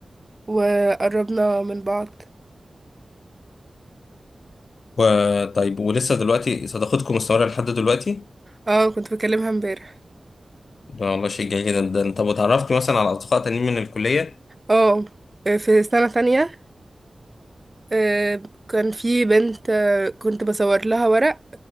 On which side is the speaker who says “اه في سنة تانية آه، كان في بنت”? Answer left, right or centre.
Right